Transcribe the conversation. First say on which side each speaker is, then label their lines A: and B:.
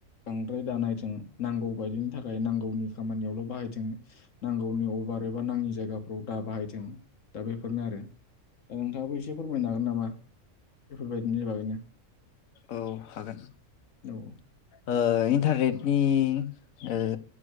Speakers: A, on the left (about 70°); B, on the left (about 85°).
A: बांद्रा द्राय दा नायथों। नांगौ बायदिनि थाखाय नांगौनि खामानियावल' बाहायथों नांगौनि अब बार एबा नाङि जायगाफ्राव दा बाहायथों। दा बेफोरनो आरो। दा नोंथाङाबो एसे फोरमायनो हागोन नामा बेफोरबायदिनि बागैनो?
B: औ हागोन।
A: औ
B: ओ इन्टारनेटनि ओ